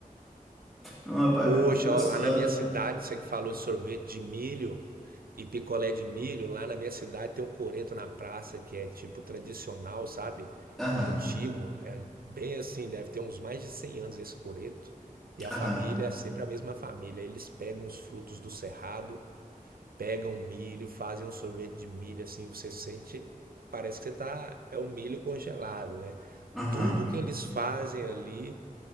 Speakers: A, in the centre; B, on the right.
A: É uma parada
B: Poxa,
A: muito gostosa.
B: ó, lá na minha cidade, você que falou de sorvete de milho e picolé de milho, lá na minha cidade tem um coreto na praça que é tipo tradicional, sabe?
A: Aham,
B: Antigo, é bem assim, deve ter uns mais de 100 anos esse coreto. E a
A: aham,
B: família é sempre a mesma família. Eles pegam os frutos do cerrado, pegam o milho, fazem um sorvete de milho assim, você sente, parece que você tá, é um milho congelado, né?
A: aham,
B: Tudo que eles fazem ali